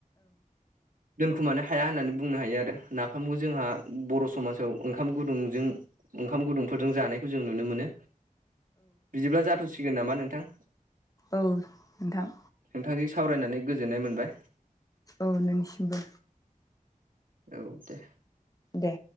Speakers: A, on the right; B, on the left.
A: दोनखुमानो हाया होननानै बुंनो हायो आरो ना नाफामखौ जोंहा बर' समाज खौ ओंखाम गुदुंजों ओंखाम गुदुंफोरजों जानायखौ जों नुनो मोनो बिदिब्ला जाथ'सिगोन नामा नोंथां
B: औ नोंथां
A: नोंथांजों सावरायनानै गोजोननाय मोनबाय
B: औ नोंनिसिमबो
A: औ दे।
B: दे।